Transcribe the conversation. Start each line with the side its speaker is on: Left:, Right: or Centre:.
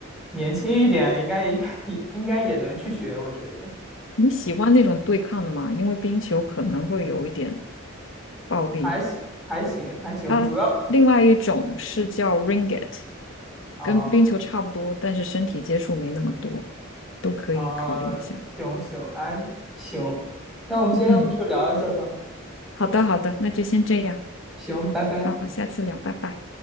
Centre: 年轻一点，应该应该应该也能去学，我觉得
Left: 你喜欢那种对抗的吗？因为冰球可能会有一点暴力。
Centre: 还行还行还行，
Left: 啊，
Centre: 主要
Left: 另外一种是叫 ringgit，
Centre: 哦
Left: 跟冰球差不多，但是身体接触没那么多，都可以考虑一下。
Centre: 哦行行哎行，那我们今天要不就聊到这儿吧，
Left: 嗯，好的好的，那就先这样，
Centre: 行，拜拜。
Left: 好，下次聊，拜拜。